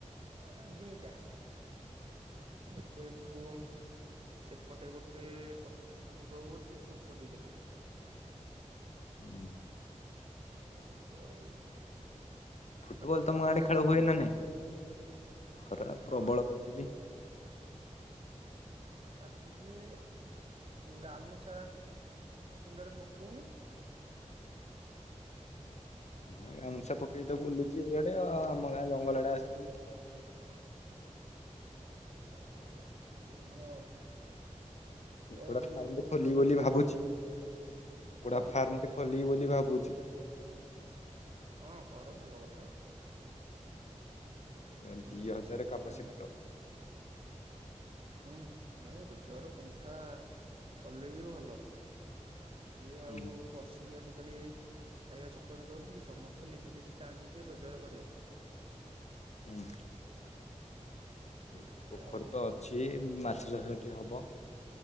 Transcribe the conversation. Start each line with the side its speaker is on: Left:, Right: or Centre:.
Right: ଏ ଦିଟା ଏବେ ଯୋଉ ସେପଟେ ଗୋଟେ ପଶ୍ଚିମ ଦିଗକୁ ଗୋଟେ ପୂର୍ବ ଦିଗରେ ଗୋଟେ।
Left: <inaudible>
Right: ନଗେଇଚୁ ଆଉ।
Left: ଫୁଟବଲ
Right: ତତେ
Left: ତମ
Right: ଖରା
Left: ଆଡେ ଖେଳ
Right: କାଟୁନି
Left: ହୁଏ ନା ନାଇଁ ଖରା
Right: କଣ?
Left: ପ୍ରବଳ କାଟୁଚି।
Right: ଖରା କାଟୁଚି ଜେ ଗାମୁଛା ମୁଣ୍ଡରେ ପକଉନୁ।
Left: ହଁ ଗାମୁଁଛା ପକେଇ ତ ବୁଲୁଚି ଏଇଆଡେ ଆମ ଗାଁ ଜଙ୍ଗଲ ଆଡେ ଆସିଥିଲି ତ ବୁଲୁଚି।
Right: ଆଉ କଣ କରିବା ଏଇତ ଦୁନିଆ ଆଉ।
Left: କୁକୁଡା
Right: ତ
Left: ଫାର୍ମଟେ
Right: ଲୋକ ବିଲ
Left: ଖୋଲିବି
Right: ବାଡି
Left: ବୋଲି
Right: କାମ
Left: ଭାବୁଚି
Right: କ
Left: କୁକୁଡା
Right: କଣ
Left: ଫାର୍ମଟେ ଖୋଲିିବି ବୋଲି ଭାବୁଚି।
Right: ହଁ କର ଭଲ କଥା।
Left: ଏଁ
Right: ସେମିତି
Left: ଦିଇ
Right: କିଛି
Left: ହଜାର
Right: ଅସୁବିଧା
Left: କାପାସିଟିର।
Right: ହୁଁଏ ରୋଜଗାର ପନ୍ଥା କଲେ ବି ଭଲ। କିଏ ଆଉ
Left: ହୁଁ ହୁଁ
Right: ବସିକି ଆଜିକାଲି ଖାଇବା ଚକରେ ରହୁଚି କି ସମସ୍ ନିଜେ ନିଜେ ଚାହାନ୍ତି ଯେ ରୋଜଗାର କରିବା ପାଇଁ।
Left: ହୁଁ
Right: ଶୁଖିଲାଟାରେ
Left: ଏଠି ପୋଖରୀ
Right: ଆଉ
Left: ତ ଅଛି ମାଛ ଚାଷ ଟିଏ ହବ।